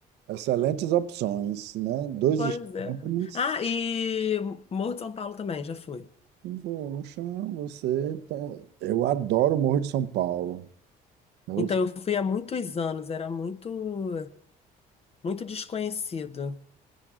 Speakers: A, on the right; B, on the left.
A: excelentes opções, né? Dois
B: Pois
A: extremos.
B: é. Ah, e Morro de São Paulo também, já fui.
A: Poxa, você. tá- Eu adoro o Morro de São Paulo. Eu-
B: Então, eu fui há muitos anos, era muito, muito desconhecido.